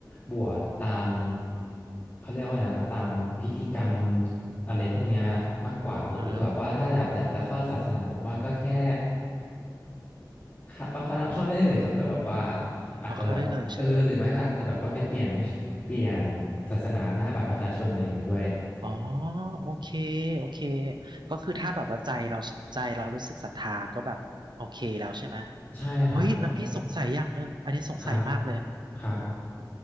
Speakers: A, on the left; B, on the right.
A: บวชตามเขาเรียกว่าอะไรนะครับตามพิธีกรรมอะไรพวกเนี้ยมากกว่าหรือแบบว่าถ้าแบบอยากจะเข้าศาสนาผมว่าก็แค่
B: อ่า
A: เข้าก็เข้าเข้าได้เลยครับก็แบบว่าอาจจะแบบเออหรือไม่ก็อาจจะแบบว่าไปเปลี่ยน
B: อ๋อเข้าได้เลยใช่ไหม
A: เปลี่ยนศาสนาหน้าบัตรประชาชนอะไรอย่างงี้ด้วย
B: อ๋อโอเคโอเคก็คือถ้าแบบว่าใจเราใจเรารู้สึกศรัทธาก็แบบโอเคแล้วใช่ไหม
A: ใช่ครับเพราะว่า
B: เฮ้ยแล้วพี่สงสัยอย่างหนึ่งอันนี้สงสัยมากเลย
A: ครับครับ